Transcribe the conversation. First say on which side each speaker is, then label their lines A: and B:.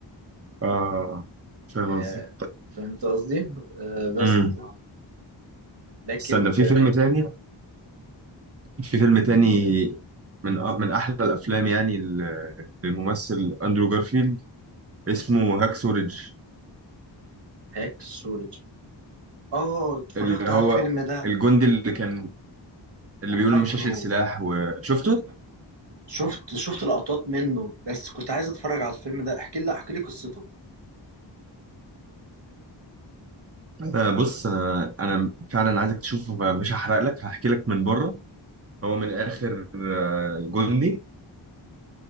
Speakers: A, on the right; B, on the right.
A: اه فاهم
B: آه،
A: قصدك
B: فهمت قصدي؟ آه،
A: امم
B: بس لكن
A: استنى في
B: ك
A: فيلم تاني في فيلم تاني من أ- من احلى الافلام يعني ل- للممثل اندرو جارفيلد اسمه هاكسو ريدج
B: هاكسولوجي اه اتفرجت
A: اللي
B: على
A: هو
B: الفيلم ده
A: الجندي اللي كان اللي
B: انا
A: بيقول
B: فاكره
A: مش هشيل سلاح وشفته
B: شفت شفت لقطات منه بس كنت عايز اتفرج على الفيلم ده احكي لي احكي لي قصته
A: انا بص انا انا فعلا عايزك تشوفه مش هحرق لك هحكي لك من بره هو من الآخر آه، جندي